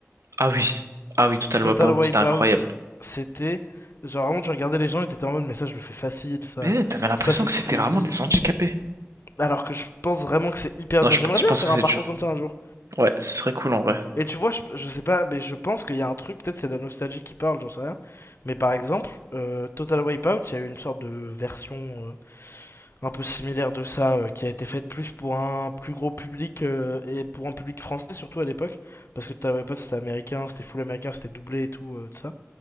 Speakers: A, on the right (about 85°); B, on the left (about 55°).
A: Ah oui, ah oui, Total
B: Total
A: Wipeout,
B: Wipeout,
A: c'était incroyable.
B: c'était. Genre, vraiment, tu regardais les gens et t'étais en mode, mais ça, je le fais facile, ça.
A: Mais t'avais l'impression
B: Ça, c'est
A: que
B: c'est
A: c'était
B: easy.
A: vraiment des handicapés.
B: Alors que je pense vraiment que c'est hyper
A: Non,
B: dur.
A: je,
B: J'aimerais
A: pense-
B: bien
A: je pense
B: faire
A: que
B: un
A: c'est
B: parcours
A: dur.
B: comme ça un jour.
A: Ouais, ce serait cool en vrai.
B: Et tu vois, je, je sais pas, mais je pense qu'il y a un truc, peut-être c'est la nostalgie qui parle, j'en sais rien. Mais par exemple, euh, Total Wipeout, il y a eu une sorte de version euh, un peu similaire de ça euh, qui a été faite plus pour un plus gros public euh, et pour un public français surtout à l'époque. Parce que Total Wipeout, c'était américain, c'était full américain, c'était doublé et tout, euh, tout ça.